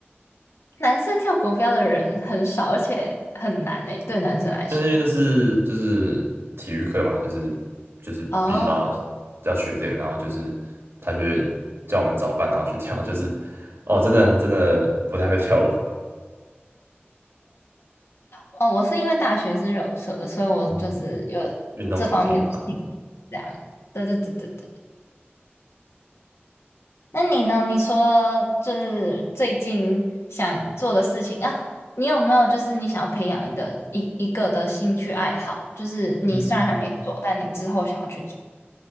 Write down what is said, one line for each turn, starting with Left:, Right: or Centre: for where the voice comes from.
Left: 男生跳国标的人很少，而且很难诶，对男生来说。
Right: 那因为那是就是体育课嘛，就是就是必须要
Left: 哦
Right: 要学这个，然后就是他就会叫我们早班，然后去跳，就是哦，真的真的不太会跳舞，
Left: 哦，我是因为大学是柔社的，所以我就是有
Right: 嗯，运动神经很他，
Left: 这方面的兴趣，这样。对对对对对。那你呢？你除了就是最近想做的事情啊，你有没有就是你想要培养你的一一个的兴趣爱好？就是你虽然还没做，
Right: 嗯。
Left: 但你之后想要去做。